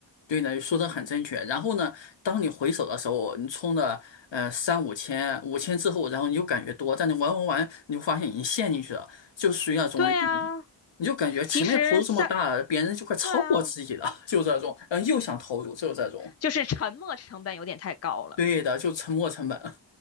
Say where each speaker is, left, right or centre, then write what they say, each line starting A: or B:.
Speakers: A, on the left; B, on the left.
A: 对呢，说的很正确。然后呢，当你回首的时候，你充了呃三五千、五千之后，然后你就感觉多，但你玩玩玩，你就发现已经陷进去了，就属于那种
B: 对啊，
A: 你就感觉前面投入这么大，
B: 其实三，
A: 别人就快超过自己了，
B: 对啊，
A: 就这种，嗯，又想投入，就这种。
B: 就是沉没成本有点太高了。
A: 对的，就沉没成本。